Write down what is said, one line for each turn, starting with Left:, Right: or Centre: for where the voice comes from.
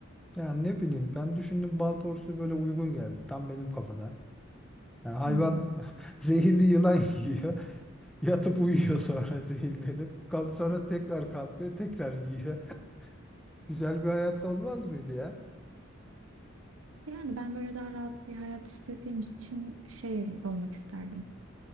Centre: Yani ne bileyim ben düşündüm bal porsu böyle uygun geldi. Tam benim kafada. Yani hayvan
Right: Hmm.
Centre: <laughs> zehirli yılan yiyor. <laughs> Yatıp uyuyor sonra <laughs> zehirlenip. Kal sonra tekrar kalkıyor tekrar yiyor. <laughs> Güzel bir hayatta olmaz mıydı ya?
Right: Yani ben böyle daha rahat bir hayat istediğim için şey olmak isterdim.